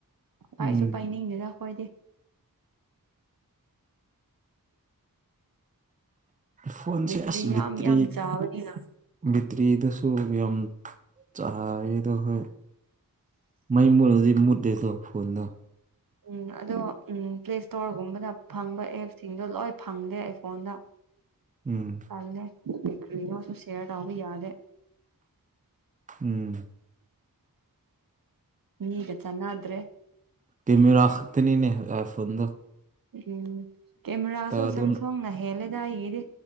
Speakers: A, on the right; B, on the right.
A: ꯄꯥꯏꯁꯨ
B: ꯎꯝ
A: ꯄꯥꯏꯅꯤꯡꯗꯦꯗ ꯈꯣꯏꯗꯤ
B: ꯐꯣꯟꯁꯦ
A: ꯕꯦꯇ꯭ꯔꯤ
B: ꯑꯁ
A: ꯌꯥꯝ
B: ꯕꯤꯇ꯭ꯔꯤ
A: ꯌꯥꯝ ꯆꯥꯕꯅꯤꯅ
B: ꯕꯤꯇ꯭ꯔꯤꯗꯁꯨ ꯌꯥꯝ ꯆꯥꯔꯤꯗꯣ ꯍꯣꯏ ꯃꯩ ꯃꯨꯠꯂꯗꯤ ꯃꯨꯠꯂꯦꯗꯣ ꯐꯣꯟꯗꯣ
A: ꯎꯝ ꯑꯗꯣ ꯎꯝ ꯄ꯭ꯂꯦ ꯁ꯭ꯇꯣꯔ ꯒꯨꯝꯕꯗ ꯐꯪꯕ ꯑꯦꯞꯁꯤꯡꯗꯣ ꯂꯣꯏ ꯐꯪꯗꯦ ꯑꯥꯏ ꯐꯣꯟꯗ
B: ꯎꯝ
A: ꯇꯜꯂꯦ ꯀ꯭ꯔꯤꯅꯣꯁꯨ ꯁ꯭ꯌꯔ ꯇꯧꯕ ꯌꯥꯗꯦ
B: ꯎꯝ
A: ꯃꯤꯒ ꯆꯥꯟꯅꯗ꯭ꯔꯦ
B: ꯀꯦꯃꯦꯔꯥ ꯈꯛꯇꯅꯤꯅꯦ ꯑꯥꯏ ꯐꯣꯟꯗꯣ
A: ꯎꯝ ꯀꯦꯃꯦꯔꯥꯁꯨ
B: ꯑꯗꯨ
A: ꯁꯝꯁꯣꯡꯅ ꯍꯦꯜꯂꯦꯗ ꯑꯩꯒꯤꯗꯤ